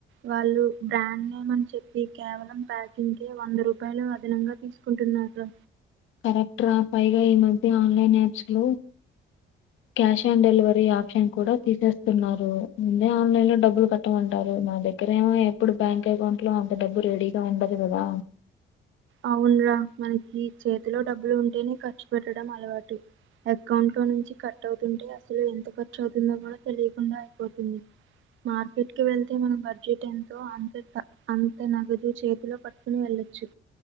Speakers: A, on the right; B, on the left.
A: వాళ్ళు బ్రాండ్ నేమ్ అని చెప్పి కేవలం ప్యాకింగ్ కే వంద రూపాయలు అదనంగా తీసు కుంటున్నారా
B: కరెక్ట్ రా పైగా ఈ మధ్య ఆన్లైన్ యాప్స్ లో క్యాష్ ఆన్ డెలివరీ ఆప్షన్ కూడా తీసేస్తున్నారు ముందే ఆన్లైన్ లో డబ్బులు కట్టమంటారు మా దగ్గర ఇక్కడేమో ఎప్పుడు బ్యాంక్ అకౌంట్ లో అంత డబ్బు రెడీగా ఉండదు కదా
A: అవున్రా మనకి చేతిలో డబ్బులు ఉంటేనే ఖర్చు పెట్టడం అలవాటు అకౌంట్లో నుంచి కట్ అవుతుంటే అసలు ఎంత ఖర్చు అవుతుందో కూడా తెలియకుండా అయిపోతుంది మార్కెట్ కి వెళ్తే మన బడ్జెట్ ఎంతో అంతే ఇకా అంత నగదు చేతిలో పట్టుకుని వెళ్ళొచ్చు